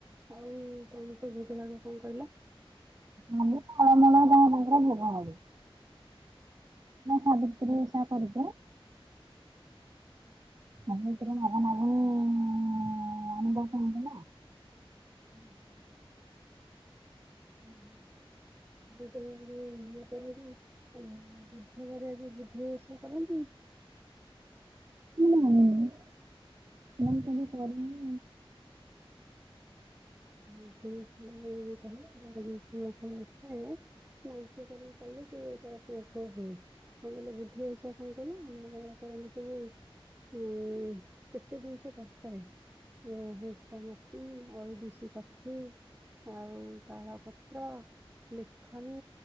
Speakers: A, on the right; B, on the right.
A: ଆଉ କଣ ସବୁ ଭୁତ ଲାଗ କଣ କହିଲ?
B: ଆମଳମଳ କଣ ତାଙ୍କର ଭୋଗ ହବ <unintelligible> ସାବିତ୍ରୀ ଓଷା କରୁଛ? ନମିତର ନନ <unintelligible> ଅନଭ କ ନା <unintelligible>
A: ହୁଁ ହୁଁ। ହଁ ଆ <unintelligible> ବୁଧ ବାର ଆଜୀ ବୁଦ୍ଧେଇ ଓଷା କରନ୍ତି।
B: ମୁଁ ଜାଣିନି ନାଇ କେବେ କରନି।
A: ସେ ସ କହିଲ କଣ କଥା <unintelligible> ମାନସିକ କରିକି କଲେ ସେ ତାର ପୁଅ ଫୁଅ ହୁଏ। କଣ କହିଲେ ବୁଧେଇ ଓଷା କଣ କହିଲ ଆମ ଗାଁ ରେ କରନ୍ତି ସବୁ ଉଁୁ କେତେ ଜିନିସ ଦରକାରେ ଓ ହୁଙ୍କା ମାଟି ଅଇ ଦୁସି କାଠି। ଆଉ ତାଳ ପତ୍ର ଲିଖନୀ